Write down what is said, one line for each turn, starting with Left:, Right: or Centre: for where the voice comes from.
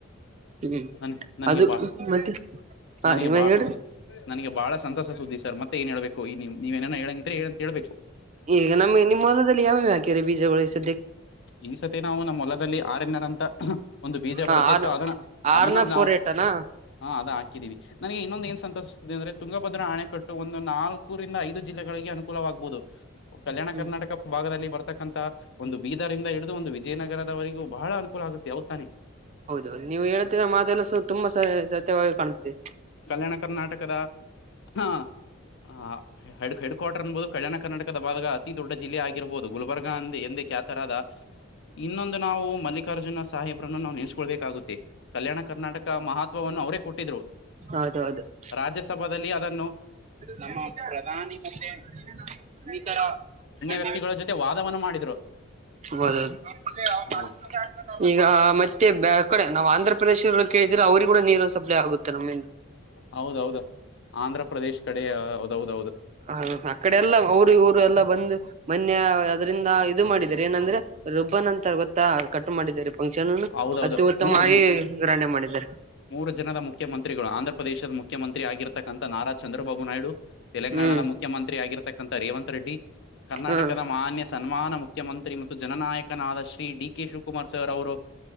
Right: ಹ್ಮ್,
Left: ನನ್ ನನಗೆ
Right: ಅದು
Left: ಬಾ
Right: ಮತ್ತೆ! ಹ,
Left: ನನಗೆ
Right: ಇವಾಗ,
Left: ಬಾ
Right: ಹೇಳುರಿ. <inaudible>
Left: ನನಗೆ ಬಾಳ ಸಂತಸ ಸುದ್ದಿ ಸರ್. ಮತ್ತೆ ಏನ್ ಹೇಳ್ಬೇಕು ಈ, ನೀ, ನೀವೇನನ ಹೇಳಂಗ್ರೆ ಹೇಳಂತ ಹೇಳ್ಬೇಕು. <inaudible>
Right: ಈಗ ನಮಗೆ ನಿಮ್ಮ, ಹೊಲದಲಿ, ಯಾವವ, ಹಾಕಿರಿ ಬೀಜಗಳು. <inaudible>
Left: ಈ, ಸತಿ ನಾವು ನಮ್ಮ್ ಹೊಲದಲ್ಲಿ! ಆರನರ ಅಂತ, ಒಂದು ಬೀಜ
Right: ಹಾ
Left: ಬರುತ್ತೆ
Right: ಆರ್
Left: ಸೊ ಅದನ್ನ? <inaudible>
Right: ಆರ್ನ, ಫೋರ್
Left: ನಾವು
Right: ಏಟನಾ? <inaudible>
Left: ಹಾ ಅದ ಹಾಕಿದ್ದೀವಿ. <inaudible> ನನಗೆ ಇನ್ನೊಂದ ಏನ್ ಸಂತೋಷ್ತಿದೆ ಅಂದ್ರೆ. ತುಂಗಭದ್ರಾ ಆಣೆಕಟ್ಟು ಒಂದು ನಾಲ್ಕರಿಂದ ಐದು ಜಿಲ್ಲೆಗಳಿಗೆ ಅನುಕೂಲವಾಗ್ಬಹುದು. <inaudible> ಕಲ್ಯಾಣ,
Right: ಹ್ಮ್
Left: ಕರ್ನಾಟಕ ಭಾಗದಲ್ಲಿ ಬರ್ತಕ್ಕಂತಥ. <inaudible> ಒಂದು ಬೀದರಿಂದ ಹಿಡಿದು ಒಂದು ವಿಜಯನಗರದವರೆಗೂ. ಬಹಳ ಅನುಕೂಲ ಆಗುತ್ತೆ ಹೌದು ತಾನೇ? <inaudible>
Right: ಹೌದು, ನೀವು ಹೇಳ್ತಾ ಇರೋ ಮಾತೆಲ್ಲ! ತುಂಬಾ ಸತ್ಯವಾಗಿ ಕಾಣ್ತದೆ. <inaudible>
Left: ಕಲ್ಯಾಣ, ಕರ್ನಾಟಕದ. ಹೂಕುಣು. <unintelligible> ಹೆಡ್ ಹೆಡ್ ಕ್ವಾರ್ಟರ್ ಅನ್ಬಹುದು! ಕಲ್ಯಾಣ ಕರ್ನಾಟಕದ ಭಾಗ. ಅತಿ ದೊಡ್ಡ ಜಿಲ್ಲೆ ಆಗಿರ್ಬಹುದು? ಗುಲಬರ್ಗ ಅಂದ ಎಂದೇಖ್ಯಾತರಾದ. <inaudible> ಇನ್ನೊಂದು, ನಾವು ಮಲ್ಲಿಕಾರ್ಜುನ ಸಾಹೇಬ್ರನ್ನು. ನಾವು ನೆನೆಸ್ಕೊಳ್ಬೇಕಾಗುತ್ತೆ. <inaudible> ಕಲ್ಯಾಣ ಕರ್ನಾಟಕ ಮಹತ್ವವನ್ನು ಅವರೇ ಕೊಟ್ಟಿದ್ರು. <inaudible>
Right: ಹೌದು! ಹೌದು. <inaudible>
Left: ರಾಜ್ಯಸಭದಲ್ಲಿ ಅದನ್ನು. <inaudible>
Right: ನಮ್ಮ ಪ್ರಧಾನಿ! ಮತ್ತೆ ಇನ್ನಿತರ ಗಣ್ಯ. <unintelligible>
Left: ವ್ಯಕ್ತಿಗಳ, ಜೊತೆ ವಾದವವನ್ನು ಮಾಡಿದ್ರು. <inaudible>
Right: ಓದೋದು. <unintelligible>
Left: ಹೌದು
Right: ಈಗ, ಮತ್ತೆ ಬೆಲ್ ಕೊಡಿ. ಕಡೆ ನಾವ್ ಆಂಧ್ರಪ ಪ್ರದೇಶ ಕೇಳಿದ್ರೆ! ಅವ್ರಿ ಕೂಡ ನೀರು ಸಪ್ಲೈ ಆಗುತ್ತೆ ನಮಿಂದ. <inaudible>
Left: ಹೌದೌದು, ಆಂಧ್ರ ಪ್ರದೇಶ್ ಕಡೆ ಹೌದೌದೌದು. <inaudible>
Right: ಹ, ಅ, ಕಡೆ, ಎಲ್ಲಾ, ಅವರು ಇವರು ಎಲ್ಲ ಬಂದು. ಮೊನ್ನೆ, ಅದರಿಂದ ಇದು ಮಾಡಿದಿದ್ದಾರೆ ಏನಂದ್ರೆ? <inaudible> ರಿಬ್ಬನ್ ಅಂತಾರೆ ಗೊತ್ತಾ? ಅದನ್ನು ಕಟ್ ಮಾಡಿದರೆ ಫಂಕ್ಷನನ್ನು,
Left: ಹೌದೌದು
Right: ಅತ್ಯುತ್ತಮವಾಗಿ,
Left: ಮೂರ್
Right: ಗ್ರಾಂಡ್ ಆಗಿ ಮಾಡಿದ್ದಾರೆ. <inaudible>
Left: ಮೂರು ಜನದ ಮುಖ್ಯಮಂತ್ರಿಗಳು. ಆಂಧ್ರಪ ಪ್ರದೇಶದ ಮುಖ್ಯಮಂತ್ರಿ. <inaudible> ಮಂತ್ರಿ ಆಗಿರತಕ್ಕಂತ ನಾರಾ ಚಂದ್ರಬಾಬು ನಾಯ್ಡು, ತೆಲಂಗಾಣದ
Right: ಹ್ಮ್
Left: ಮುಖ್ಯಮಂತ್ರಿ.. ಆಗಿರ್ತಕ್ಕಂಥ ರೇವಂತ್ ರೆಡ್ಡಿ. <inaudible> ಕರ್ನಾಟಕದ
Right: ಹಾ
Left: ಮಾನ್ಯ. ಸನ್ಮಾನ ಮುಖ್ಯಮಂತ್ರಿ ಮತ್ತು ಜನನಾಯಕನಾದಸು. <inaudible> D, D K Shivakumar sir ಅವರು. <inaudible>